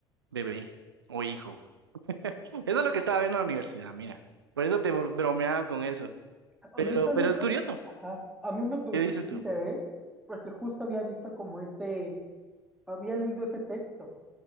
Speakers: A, on the right; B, in the centre.
A: bebé o hijo. Eso es lo que estaba viendo en la universidad, mira. Por eso te bromeaba con eso.
B: Honestamente,
A: Pero, pero es curioso.
B: ajá, a mí me causa
A: ¿Qué dices
B: mucho
A: tú?
B: interés porque justo había visto como ese, había leído ese texto